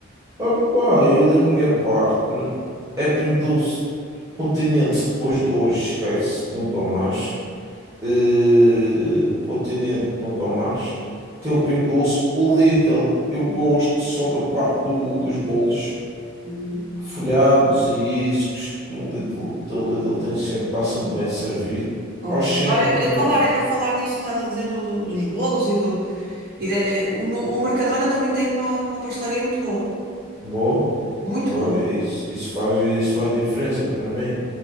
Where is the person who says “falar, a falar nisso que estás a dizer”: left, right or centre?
Right